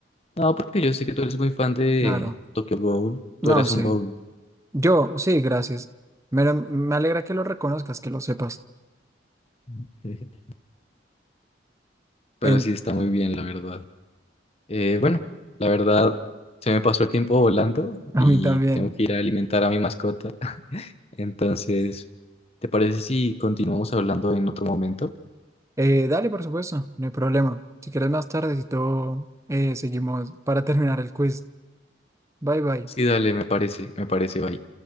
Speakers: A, on the left; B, on the right.
A: No, porque yo sé que tú eres muy fan de
B: Claro.
A: Tokyo Ghoul. Tú
B: No,
A: eras
B: sí.
A: un Ghoul.
B: Yo, sí, gracias. Me, me alegra que lo reconozcas, que lo sepas.
A: <laughs> Pero
B: En,
A: sí está muy bien, la verdad. Eh, bueno, la verdad, se me pasó el tiempo volando
B: <laughs> a
A: y
B: mí también.
A: tengo que ir a alimentar a mi mascota. <laughs> Entonces, ¿te parece si continuamos hablando en otro momento?
B: Eh, dale, por supuesto, no hay problema. Si quieres más tarde, si todo, eh, seguimos para terminar el quiz. Bye, bye.
A: Sí, dale, me parece, me parece, bye.